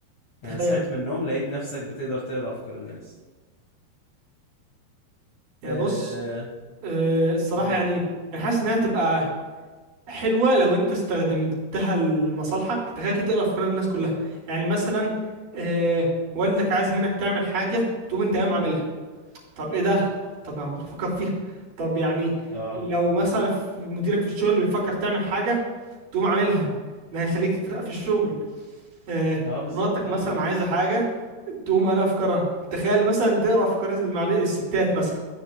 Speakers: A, on the left; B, on the right.
A: يعني
B: تخيل
A: صحيت
B: كده
A: من النوم لقيت نفسك بتقدر تقرأ أفكار الناس
B: يعني
A: اه
B: بص أه الصراحه
A: قول
B: يعني انا حاسس انها تبقى حلوه لو انت استخدمتها لمصالحك تخيل كده تقرا افكار الناس كلها يعني مثلا أه والدك عايز منك تعمل حاجه تقوم انت قايم عاملها طب ايه ده طب انا كنت بفكر فيها طب يعني
A: اه
B: لو مثلا في- مديرك في الشغل بيفكر تعمل حاجه تقوم عاملها ده هيخليك تترقى في الشغل آه،
A: اه بالظبط
B: مراتك
A: اه
B: مثلا عايزة حاجة تقوم قاري افكارها تخيل مثلا تقرا افكار المعل- الستات مثلا